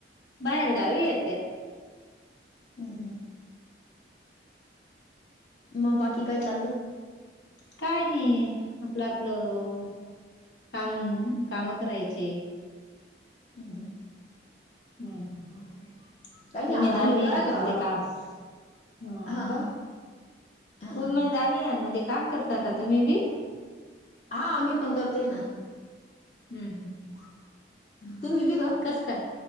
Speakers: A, on the left; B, on the left.
A: बाहेर गावी येत त्या.
B: हम् हं. मग बाकी काय चालल?
A: काय नाही. आपलं आपलं काम, काम करायचे.
B: हम् ह.
A: हम्म.
B: काही नाही
A: उमेदा
B: आज आम्ही
A: आभी
B: बाहेर
A: आहे
B: गावाला
A: मध्ये का? हो
B: हा
A: का?
B: हा हा
A: उम दवीया मध्ये काम करता का तुम्ही बी?
B: हा. मी पण करते ना.
A: हम्म हम् हम्.
B: तुम्ही बी का?
A: कस काय?